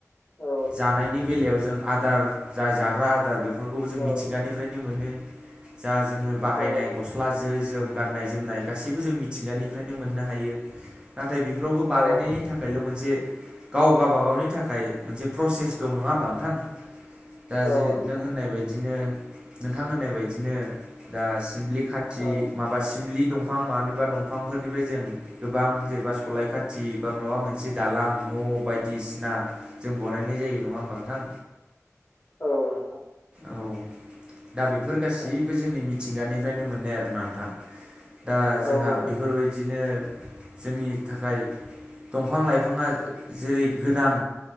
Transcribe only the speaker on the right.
जानायनि बेलायाव जों आदार जा जाग्रा आदार बेफोरखौबो जों
मिथिंगानि निफ्रायनो मोनो जा जोङो बाहायनाय
गस्ला जि जोम गाननाय जोमनाय गासैबो जों मिथिंगानिफ्रायनो मोननो हायो नाथाय बेफोरावबो बानायनायनि
थाखायल' मोनसे गाव गावाबागावनि थाखाय मोनसे प्रसेस दं नङा होमबा नोंथां दा
जे
नों होननाय बायदिनो नोंथां होननाय बायदिनो दा सिमलि खाथि
माबा सिमलि दंफां मानोबा दंफांफोरनिफ्राय जों गोबां जेनेबा सलाय खाथि बा माबा मोनसे दालां न' बायदिसिना जों बनायनाय जायो नङा होमबा नोंथां
औ दा बेफोर गासैबो
जोंनि मि थिंगानिफ्रायनो मोननाय आरो नोंथां दा जोंहा
बेफोरबायदिनो जोंनि थाखाय दंफां लाइफाङा जेरै गोनां